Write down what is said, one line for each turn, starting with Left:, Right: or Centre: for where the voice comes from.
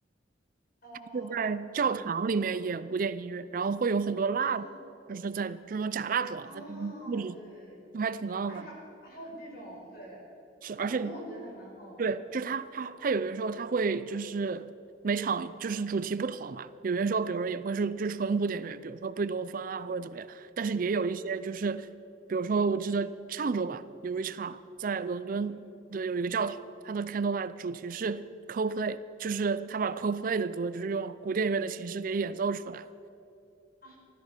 Left: 哦，
Right: 就是在教堂里面演古典音乐，
Left: 你是
Right: 然后会有很多蜡烛就是在就是说假蜡烛啊，
Left: 啊啊，
Right: 在布置，
Left: 对，
Right: 就还挺浪漫。
Left: 啊，呀还有这种，对，
Right: 是，而且
Left: 哎呦，那我觉得还嗯蛮好的，
Right: 对，就是他他他有的时候他会就是每场就是主题不同嘛，有些时候比如说也会是就纯古典乐，比如说贝多芬啊或者怎么样，但是也有一些就是
Left: 嗯
Right: 比如说我记得上周吧，有一场在伦敦的有一个教堂，
Left: 嗯，
Right: 它的 Candlelight 主题是 Coldplay，就是他把 Coldplay 的歌就是用古典乐的形式给演奏出来，
Left: 啊，